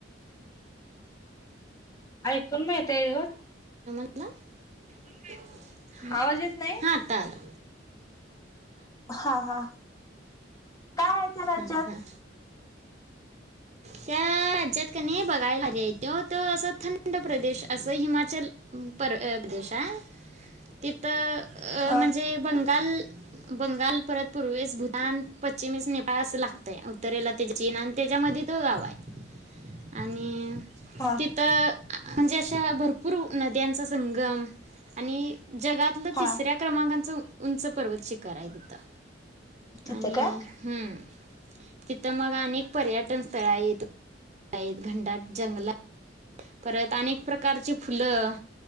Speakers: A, on the left; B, on the right.
A: ऐकून माहीताय
B: ह <unintelligible>
A: आवाज येत नाही
B: हा आत्ता आलो.
A: हा हा. काय आहे त्या राज्यात
B: हा हा. त्या राज्यात कनी बघायलागेल असं थंड प्रदेश असं हिमाचल पर प्रदेश आहे तिथं अ
A: हा
B: म्हणजे बग काल बंगाल परत पूर्वेस भूतान, पश्चिमेस नेपाळ. तास लागत आहे उत्तरेला त्याच्या चीन आणि त्याच्यामध्ये तो गाव आहे आणि
A: हा
B: तिथं अ. आ आ म्हणजे अशा भरपूर नद्यांचा स संगम आणि जगातलं
A: हा
B: तिसऱ्या क्रमांकाचं उंच पर्वत शिखर आहे तिथं.
A: तिथ
B: आणि
A: का?
B: हम्म तिथं मग अनेक पर्यटन तळा येत घंडाट जंगलात परत अनेक प्रकारची फुलं.